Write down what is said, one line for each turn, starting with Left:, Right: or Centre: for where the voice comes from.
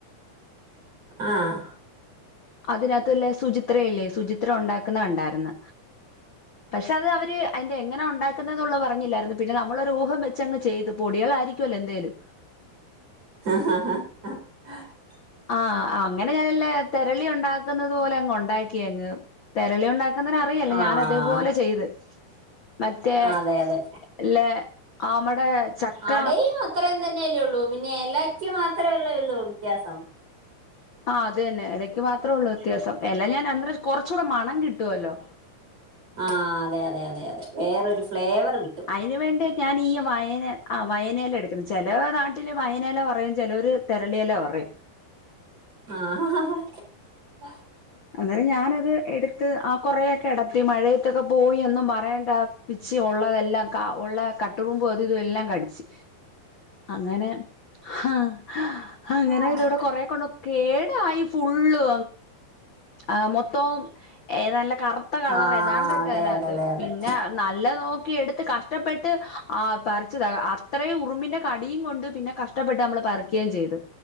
Right: ആഹ്
Left: അതിനകത്തല്ലേ സുചിത്ര ഇല്ലേ സുചിത്ര ഉണ്ടാക്കുന്ന കണ്ടായിന്ന് പക്ഷെ അത് അവര് അതിന്റെ എങ്ങനെ ഉണ്ടാക്കുന്നതള്ളത് പറഞ്ഞില്ലായിരുന്നു പിന്നെ നമ്മളൊരു ഊഹം വെച്ച്ങ്ങ് ചെയ്തു പൊടികൾ ആരിക്കല്ല എന്തേലും
Right: ആ
Left: ആഹ് അങ്ങനെ ഞാനല്ല തെരളി ഉണ്ടാക്കുന്നത് പോലെ അങ്ങ് ഉണ്ടാക്കിയങ്ങ് തെരളി ഉണ്ടാക്കുന്നതിന അറിയല്ലേ
Right: ആഹ്
Left: ഞാൻ അതേപോലെ ചെയ്ത് മറ്റേ
Right: അതെ അതെ
Left: ല്ലെ ആമ്മടെ ചക്ക
Right: അടയും അത്രേം തന്നെയല്ലേ ഉള്ളൂ പിന്നെ ഇല റ്റി മാത്രേള്ളള്ളോ വ്യത്യാസം
Left: ആ് അത്തന്നെ ഇലയ്ക്ക് മാത്രമേ ഉള്ളൂ വ്യത്യാസം. എല്ല ഞാൻ കുറച്ച് കൂടെ മണം കിട്ടുവല്ലോ? <inaudible>
Right: ആ അതെ അതെ അതെ അതെ വേറരു ഫ്ലേവർ. കിട്ടും
Left: അയിനു വേണ്ടി ഞാൻ ഈ വയന ആ വയനയില എടുക്കുന്നു. ചില നാട്ടില് വയനയില പറയും. ചിലര് തെരളില പറയും. <inaudible>
Right: ആഹ ഹ ഹ
Left: അന്നേരം ഞാനത് എടുത്ത്. ആ കൊറയൊക്കെ കടത്തി മഴയത്തൊക്കെ പോയി ഒന്നും പറയണ്ട. വിച്ച് ഉള്ളതെല്ലാം ഉള്ള കട്ടുറുമ്പ്. അത് ഇത് എല്ലാം കടിച്ച്. അങ്ങനെ ആഹ അങ്ങനെ
Right: ആഹ്
Left: ഇതടെ കൊറെ കൊണ്ട് കേടായി ഫുള്ളു ആഹ മൊത്തം ഏ നല്ല കറുത്ത കളർ
Right: ആ
Left: ഏതാണ്ടൊക്കെ
Right: അതെ
Left: അതിനകത്ത്
Right: അതെ അതെ അതെ
Left: പിന്നെ നല്ല നോ എട്ത്ത് കഷ്ട്ടപ്പെട്ട ആ പറച്ച് താ അത്രയും ഉക്കി ഉറുമ്പിന്റെ കടിയും കൊണ്ട് പിന്നെ കഷ്ടപ്പെട്ട് നമ്മള് പറിക്കുകയും ചെയ്ത്